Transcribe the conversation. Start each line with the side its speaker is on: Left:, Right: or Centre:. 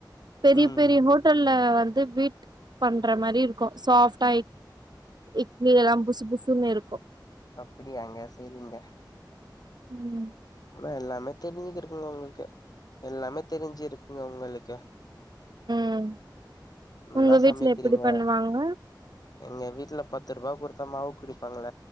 Right: பெரிய
Left: ம்
Right: பெரிய ஹோட் டல்ல வந்து வீட் பண்ற மாரி இருக்கு சாப்ட்டா இ இட்லி எல்லா புசு புசுன்னு இருக்கு
Left: அப்படியாங்க செரிங்க
Right: ம்
Left: ஆனா எல்லாமே தெரிஞ்சிக்குறிங்க உங்களுக்கு எல்லாமே தெரிஞ்சி இருக்குங்க உங்களுக்கு
Right: ம்
Left: நல்லா
Right: உங்க வீட்ல
Left: சமைக்கிறீங்க
Right: எப்படி பண்ணுவாங்க
Left: எங்க வீட்டுல பத்து ரூபா குடுத்தா மாவு குடிப்பாங்கள